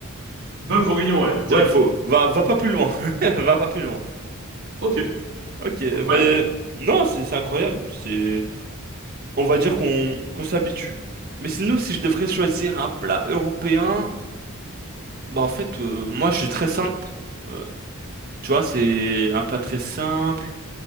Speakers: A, on the right (about 60°); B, on the right (about 45°).
A: Bœuf bourguignon, ouais, direct.
B: Ouais, faut, va, va pas plus loin, <laughs> va pas plus loin.
A: Ok,
B: Ok,
A: incroyable.
B: bah, non, c'est c'est incroyable. C'est, on va dire qu'on qu'on s'habitue. Mais sinon, si je devrais choisir un plat européen, bah en fait, euh, moi, je suis très simple. Euh, tu vois, c'est un plat très simple.